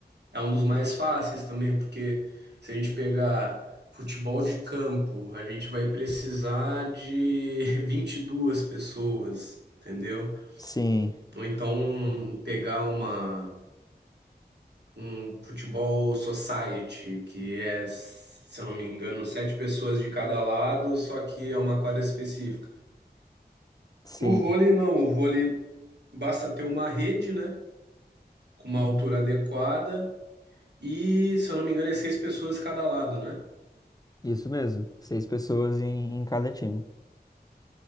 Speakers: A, on the right; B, on the left.
A: é um dos mais fáceis também, porque se a gente pegar futebol de campo, a gente vai precisar de <laughs> 22 pessoas, entendeu?
B: Sim,
A: Ou então pegar uma, um futebol society, que é, se eu não me engano, sete pessoas de cada lado, só que é uma quadra específica.
B: sim,
A: O vôlei não, o vôlei basta ter uma rede, né? com uma altura adequada e, se eu não me engano, é seis pessoas cada lado, né?
B: isso mesmo. Seis pessoas em, em cada time.